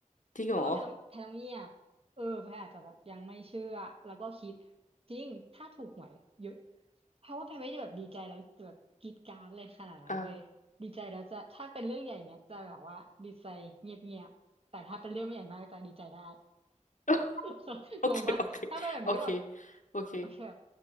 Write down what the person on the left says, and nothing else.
จริงเหรอ
อ่ะ <laughs>
โอเคโอเคโอเค
โอเค